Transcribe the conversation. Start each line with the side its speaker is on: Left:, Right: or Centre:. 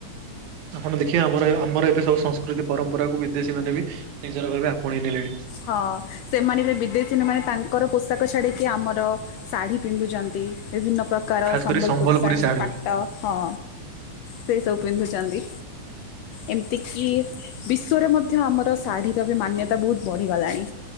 Right: ଆପଣ ଦେଖିବେ ଆମର ଆମର ଏବେ ସବୁ ସଂସ୍କୃତି ପରମ୍ପରାକୁୁ ବିଦେଶୀ ମାନେ ବି ନିଜର ଭାବେ ଆପଣେଇ ନେଲେଣି।
Left: ହଁ ସେମାନେ ବି ବିଦେଶୀ ମାନେ ତାଙ୍କର ପୋଷାକ ଛାଡ଼ିକି ଆମର ଶାଢ଼ୀ ପିନ୍ଧୁଛନ୍ତି ବିଭିନ୍ନ ପ୍ରକାର
Right: ଖାସ
Left: ସମ୍ବଲପୁରୀ
Right: କରି
Left: ଶାଢ଼ୀ
Right: ଶାଢୀ
Left: ପାଟ ହଁ। ସେଇ ସବୁ ପିନ୍ଧୁ ଚନ୍ତୀ। ଏମିତିକି ବିଶ୍ଵରେ ମଧ୍ୟ ଆମର ଶାଢ଼ୀର ବି ମାନ୍ୟତା ବହୁତ ବଢ଼ିଗଲାଣି